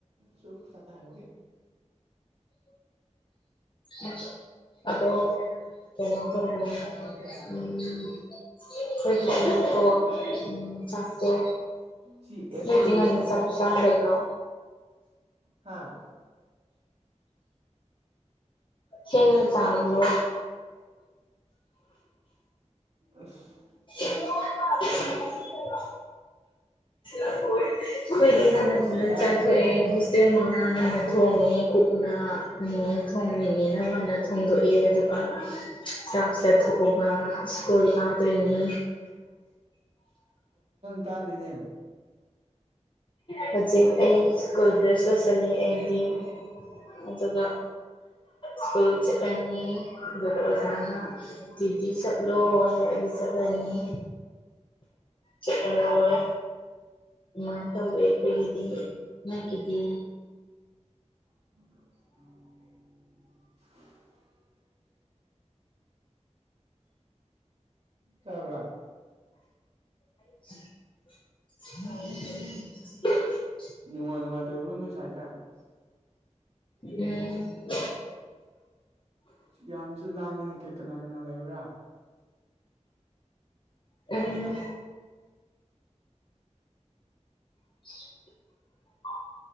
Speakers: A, on the right (about 60°); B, on the left (about 40°).
A: ꯁ ꯆ ꯇꯃꯒꯤꯦ
B: ꯑ ꯑꯗꯣ ꯀꯩꯅꯣ ꯇꯅꯤ
A: ꯇꯥꯏ ꯇꯥꯏ
B: ꯎ ꯑꯩꯈꯣꯏꯒꯤ ꯀꯣ ꯎꯝ ꯆꯥꯛꯇ
A: ꯁꯤ ꯑꯦꯞꯁꯦ
B: ꯂꯩ
A: ꯌꯨꯁ
B: ꯊꯉꯅꯤ ꯆꯞ ꯆꯗꯕ꯭ꯔꯣ
A: ꯍꯥꯥ
B: ꯈꯅꯆꯥ ꯍ꯭ꯔꯣ
A: ꯑꯁ
B: ꯌꯥ ꯑꯩꯈꯣꯏꯒꯤ ꯉꯟꯅꯅꯆꯥꯥ
A: ꯑꯩ ꯈꯣꯟ ꯇꯥꯕ꯭ꯔꯥ
B: ꯊꯣꯛꯑꯦ ꯍꯣꯁꯃꯤꯅꯥ ꯊꯣꯡꯉꯦ ꯀꯣꯛꯅꯅꯤꯉ ꯊꯣꯡꯅꯤꯡꯉꯦꯅ ꯃꯥꯅ ꯊꯣꯡꯗꯣꯛꯏ ꯑꯗꯨꯒ ꯁꯥꯈꯁꯥꯠ ꯍꯕ ꯁꯀꯨꯜ ꯀꯗ꯭ꯅꯤ
A: ꯇꯗꯅꯦ
B: ꯍꯧꯖꯤꯛ ꯑꯩ ꯁ꯭ꯀꯨꯜ ꯗ꯭ꯔꯦꯁ ꯆꯥꯁꯤꯜꯂꯤ ꯑꯩꯗꯤ ꯑꯗꯨꯒ ꯁ꯭ꯀꯨꯜ ꯆꯠꯂꯅꯤ ꯑꯗꯨꯒꯗ ꯑꯣꯖꯥꯅ ꯇꯌꯇꯤ ꯆꯠꯂꯣ ꯍꯥꯏꯔꯗꯤ ꯆꯠꯂꯅꯤ ꯆꯠ ꯄꯅꯨꯡꯏ ꯃꯥ ꯇꯕꯦ ꯑꯣꯏꯗꯗꯤ ꯅꯪꯒꯗꯤ
A: ꯑꯣ ꯀꯕ꯭ꯔ
B: <unintelligible>
A: ꯅꯨꯡꯉ ꯅꯨꯡꯉ ꯇꯕ꯭ꯔꯣ ꯅ ꯁꯥꯏꯠꯇ
B: ꯎꯝ
A: ꯌꯥꯝꯅꯁꯨ ꯂꯥꯡꯉꯤꯅꯦ ꯀꯦ ꯀꯅꯥ ꯀꯅꯥ ꯂꯩꯕ꯭ꯔꯥ
B: ꯎꯝ <inaudible>